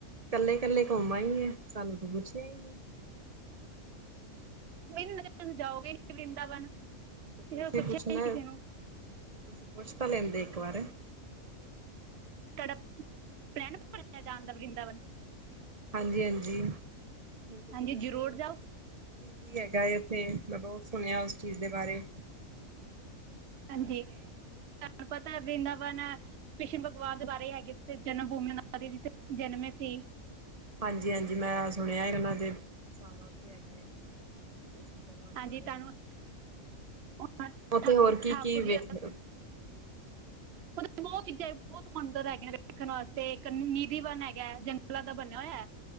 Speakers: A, on the right; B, on the right.
A: ਇਕੱਲੇ-ਇਕੱਲੇ ਘੁੰਮਾ ਹੀ ਆ ਸਾਨੂੰ ਤੂੰ ਪੁੱਛਿਆ ਹੀ ਨੀ।
B: ਕੋ ਮ ਤੁਸੀਂ ਜਾਓਗੇ, ਵਰਿੰਦਾਵਨ ਕਿਸੇ
A: ਤੇ ਤੁਸੀਂ
B: ਨੂੰ ਪੁੱਛਿਆ
A: ਪੁੱਛਣਾ
B: ਨਹੀਂ ਕਿਸੇ ਨੂੰ।
A: ਤੁਸੀਂ ਪੁੱਛ ਤਾਂ ਲੈਂਦੇ ਇੱਕ ਵਾਰੇ,
B: <unintelligible> ਵਰੀਦਾਵਨ,
A: ਹਾਂਜੀ-ਹਾਂਜੀ, ਹੁਣ ਤੁਸੀਂ
B: ਹਾਂਜੀ
A: ਦੱਸੋ?
B: ਜ਼ਰੂਰ ਜਾਓ
A: ਕੀ-ਕੀ ਹੈਗਾ, ਉੱਥੇ ਮੈਂ ਬਹੁਤ ਸੁਣਿਆ ਉਸ ਚੀਜ਼ ਦੇ ਬਾਰੇ।
B: ਹਾਂਜੀ, ਤੁਹਾਨੂੰ ਪਤਾ ਵ੍ਰੰਦਾਵਨ ਕ੍ਰਿਸ਼ਨ ਭਗਵਾਨ ਦੇ ਬਾਰੇ ਹੈਗੇ, ਜਨਮ ਭੂਮੀ ਜਿੱਥੇ ਜਨਮੇ ਸੀ।
A: ਹਾਂਜੀ-ਹਾਂਜੀ, ਮੈਂ ਸੁਣਿਆ ਉਹਨਾਂ ਦੇ ਸਾਰਾ ਉੱਥੇ ਹੈਗਾ ਕ੍ਰਿਸ਼ਨ ਭਗਵਾਨ
B: ਹਾਂਜੀ
A: ਬਾਰੇ,
B: ਤੁਹਾਨੂੰ ਉਹ
A: ਉੱਥੇ
B: ਠਾ-
A: ਹੋਰ ਕੀ
B: ਠਾਕੁਰ
A: ਕੀ ਵੇਖਦੇ
B: ਜੀ <unintelligible> ਬਹੁਤ ਚੀਜ਼ਾਂ ਬਹੁਤ ਮੰਦਰ ਹੈਗੀਆ, ਨੇ ਵੇਖਣ ਵਾਸਤੇ ਇੱਕ ਨਿਧੀਵਨ ਹੈਗਾ, ਜੰਗਲਾਂ ਦਾ ਬਣਿਆ ਹੋਇਆ ਹੈਂ